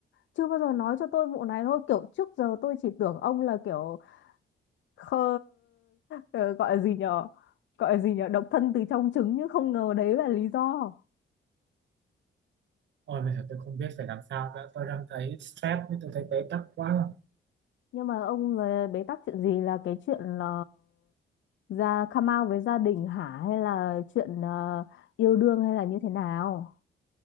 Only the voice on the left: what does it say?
chưa bao giờ nói cho tôi vụ này thôi kiểu trước giờ tôi chỉ tưởng ông là kiểu khờ ờ, gọi là gì nhở gọi là gì nhở độc thân từ trong trứng nhưng không ngờ đấy là lý do
nhưng mà ông là bế tắc chuyện gì là cái chuyện là ra come out với gia đình hả hay là chuyện ờ, yêu đương hay là như thế nào